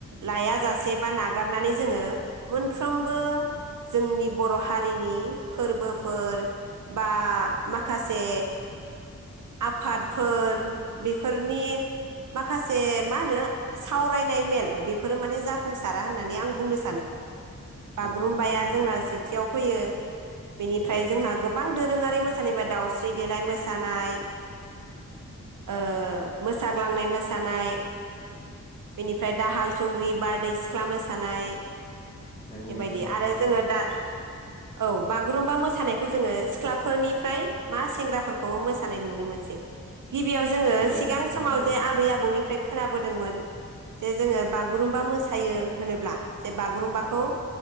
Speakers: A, on the right; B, on the left.
A: लायाजासे बा नागारनानै जोङो मोनफ्रोमबो जोंनि बर' हारिनि फोरबोफोर बा माखासे आफादफोर बेफोरनि माखासे मा होनो सावरायनाय मेल बेफोरो माने जाफुंसारा होननानै आं बुंनो सानो बागुरुम्बाया
B: नंगौ नोंथां नंगौ
A: जोंना सेथियाव फैयो बेनिफ्राय
B: औ
A: जोंहा गोबां दोरोङारि मोसानायबा दावस्रि देलाय मोसानाय ओ मोसाग्लांनाय मोसा सानाय बेनिफ्राय दाहाल थुंग्रि बारदै सि सिख्ला मोसानाय
B: नंगौ
A: बेबायदि
B: नोंथां नंगौ
A: आरो जोङो दा औ बागुरुम्बा मोसानायखौ जोङो सिख्लाफोरनिफ्राय मा सेंग्राफोरखौबो मोसानाय नुनो मोनसै गिबियाव जोङो
B: नंगौ
A: सिगां
B: नोंथां
A: समाव
B: नंगौ
A: जे आबै आबौ ओमफ्राय खोनाबोदोंमोन जे जोङो बुगुरुमबा मोसा मोसायो होनोब्ला जे बागुरुम्बाखौ